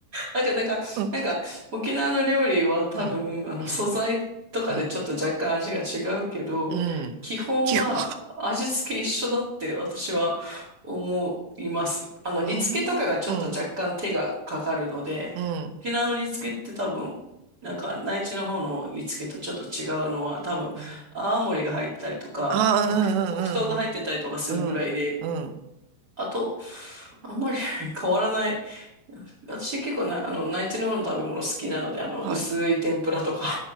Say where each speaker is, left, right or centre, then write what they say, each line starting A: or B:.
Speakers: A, on the right; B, on the right.
A: なんか、だから、
B: <laughs>
A: なんか、沖縄の料理は多分、
B: うん、
A: あの、
B: うん、
A: 素材とかでちょっと若干味が違うけど、
B: うん、うん。うん基本、
A: 基本は味付け一緒だって私は思います。あの、
B: あ
A: 煮付けとかがちょっと若干手がかかるので、
B: あ、うん、うん、
A: 沖縄の煮付けって多分、なんか、内地の方の煮付けとちょっと違うのは、多分、
B: うん。
A: 泡盛が入ってたりとか、
B: あ
A: 黒、黒糖が入ってたりとかするぐらいで、
B: あ、うん、うん、うん、うん、うん。
A: あと、あんまり <laughs> 変わらない私結構な、あの、内地の方の食べ物好きなので、あの、
B: はい。
A: 薄い天ぷらとか。